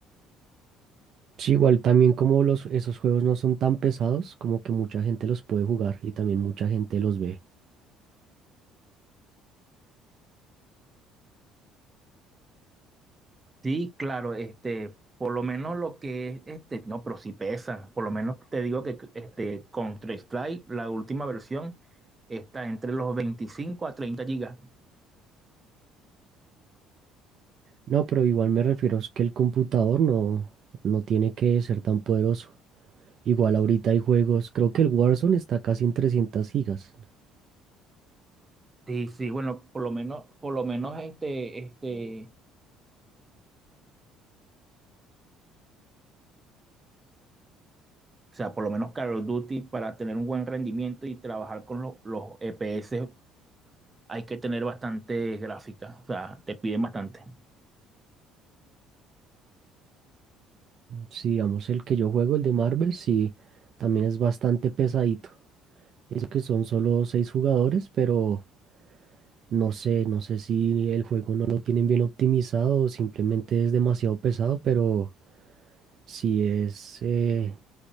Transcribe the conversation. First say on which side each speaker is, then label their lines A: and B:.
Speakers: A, on the right (about 55°); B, on the right (about 25°).
A: Sí, igual también como los, esos juegos no son tan pesados, como que mucha gente los puede jugar y también mucha gente los ve.
B: Sí, claro, este, por lo menos lo que es, este, no, pero sí pesa, por lo menos te digo que este Counter-Strike, la última versión, está entre los 25 a 30 gigas.
A: No, pero igual me refiero es que el computador no, no tiene que ser tan poderoso. Igual ahorita hay juegos, creo que el Warzone está casi en 300 gigas.
B: Sí, sí, bueno, por lo menos, por lo menos este, este, O sea, por lo menos Call of Duty, para tener un buen rendimiento y trabajar con lo- los EPS, hay que tener bastante gráfica. O sea, te piden bastante.
A: Si digamos el que yo juego, el de Marvel, sí, también es bastante pesadito. Eso que son solo seis jugadores, pero no sé, no sé si el juego no lo tienen bien optimizado o simplemente es demasiado pesado, pero sí es eh,